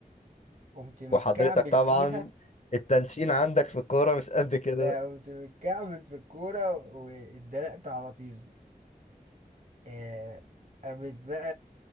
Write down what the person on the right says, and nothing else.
قمت متكعبل
فيها
لا قمت متكعبل في الكورة واتدلقت على طيزي آه، قامت بقى